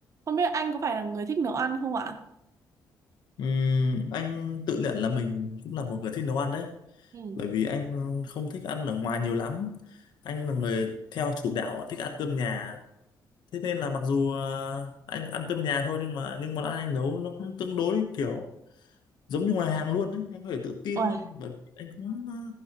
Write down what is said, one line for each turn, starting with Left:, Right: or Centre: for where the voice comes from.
Right: Không biết anh có phải là người thích nấu ăn không ạ?
Left: Ừm, anh tự nhận là mình cũng là một người thích nấu ăn đấy
Right: Ừ.
Left: bởi vì anh không thích ăn ở ngoài nhiều lắm anh là người theo chủ đạo thích ăn cơm nhà thế nên là mặc dù ờ, anh ăn cơm nhà thôi nhưng mà nhưng món ăn anh nấu nó cũng tương đối kiểu giống như ngoài hàng luôn đấy anh có thể tự tin
Right: Ủa,
Left: luôn bởi vì anh cũng ờ,